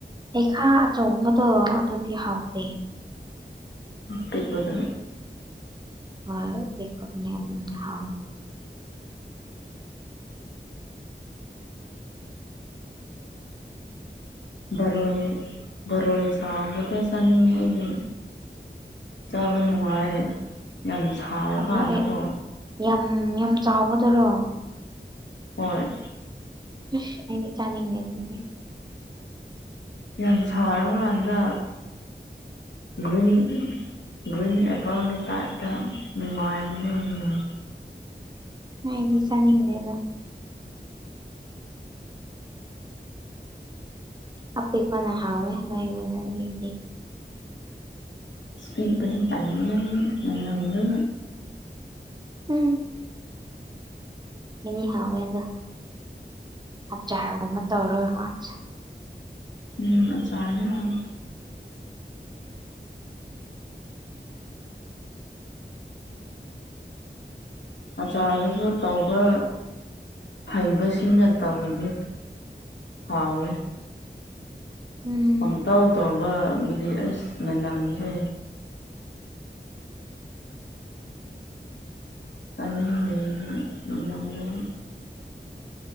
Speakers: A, on the right; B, on the left.
A: ꯍꯩꯈꯥ ꯑꯆꯧꯕꯗꯣ ꯑꯗꯨꯗꯤ ꯍꯥꯎꯗꯦ
B: ꯃꯇꯇꯦꯛ ꯗꯂ
A: ꯍ ꯄ ꯀꯇꯅꯤꯝ ꯍꯥꯏꯥꯎ
B: ꯣꯏ ꯔꯣꯏ ꯆꯗ ꯆꯅꯤ ꯉꯏꯅꯦ ꯆꯥꯕ ꯅꯨꯡꯉꯥꯏ ꯌꯥꯝ ꯁꯥꯔꯀꯥꯟꯗꯀꯣ
A: ꯑꯗꯣ ꯑꯩ ꯌꯥꯝ ꯌꯥꯝ ꯆꯥꯎꯕꯗꯔꯣ
B: ꯍꯣꯏꯣꯏ
A: ꯁ ꯑꯩꯅ ꯆꯥꯅꯤꯡꯗꯦ ꯑꯗꯨꯗꯤ
B: ꯌꯥꯝ ꯁꯥꯔꯀꯥꯟꯗ ꯭ꯔꯤꯟ ꯔꯤꯟ ꯑꯦꯄꯜꯒꯤꯇꯥꯇ ꯉꯥꯏ ꯎꯝ ꯎꯝ
A: ꯑꯩꯗꯤꯁꯥꯅꯤ ꯂꯩꯦꯒ ꯍꯥꯄꯤꯦꯛꯈꯣꯟꯅ ꯍꯥꯎꯋꯦ ꯂꯩꯕꯅꯗꯤ
B: ꯏꯁꯄꯤꯠꯕꯗꯤ ꯇꯅꯤ ꯃꯅꯝꯗ
A: ꯎꯝ ꯑꯦꯅꯤ ꯍꯧꯋꯦꯗ ꯍꯞꯆꯒꯨꯝꯕ ꯇꯧꯔꯣꯏ ꯃꯥꯁꯦ
B: ꯎꯝ ꯑꯆꯥꯔꯅꯦ ꯍꯥꯏ ꯑꯆꯥꯔꯗꯨꯁꯨ ꯇꯧꯕ ꯍꯩꯕꯁꯤꯡꯅ ꯇꯧꯗꯤ ꯍꯥꯎ
A: ꯎꯝ
B: ꯄꯝꯇꯧ ꯇꯧꯕꯕꯨꯗꯤ ꯑꯁ ꯃꯌꯥꯝꯝꯖ ꯀꯅꯤ ꯃꯅ ꯃꯝꯕꯝꯕꯝ